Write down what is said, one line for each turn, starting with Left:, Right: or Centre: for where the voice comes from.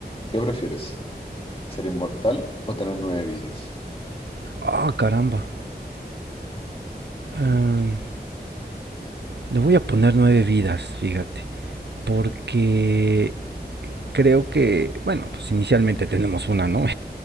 Left: ¿qué prefieres? ¿Ser inmortal o tener nueve vidas?
Right: Ah, caramba. Am, le voy a poner nueve vidas, fíjate. Porque creo que, bueno, pues inicialmente tenemos una, ¿no?